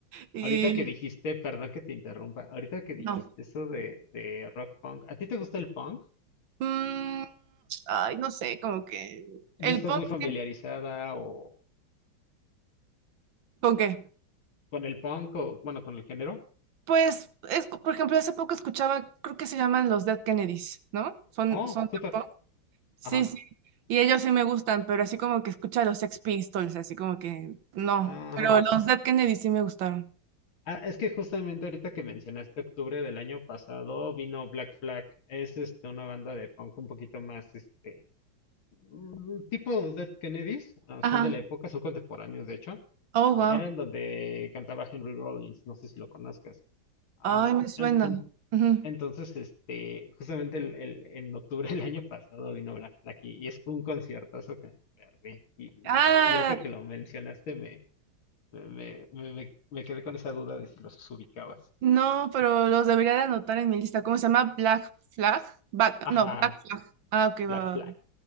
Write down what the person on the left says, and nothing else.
Ahorita que dijiste, perdón que te interrumpa, ahorita que dijiste
eso de, de rock punk, ¿a ti te gusta el punk?
¿No
estás
muy familiarizada
o
con el punk o, bueno, con el género?
Oh,
súper.
Ajá.
Ajá.
Ah, es que justamente ahorita que mencionaste octubre del año pasado vino Black Flag. Es este una banda de punk un poquito más este mm, tipo Dead Kennedys, ah,
son de la época, son contemporáneos de hecho.
Am,
eran donde cantaba Henry Rollins, no sé si lo conozcas. Am,
enton-
entonces, este, justamente el- el- en octubre del año pasado vino Black Flag y, y es un conciertazo que me perdí. Y,
y- y ahorita que lo mencionaste me, me, me, me- me- me quedé con esa duda de si los ubicabas.
Ajá,
Black
Flag,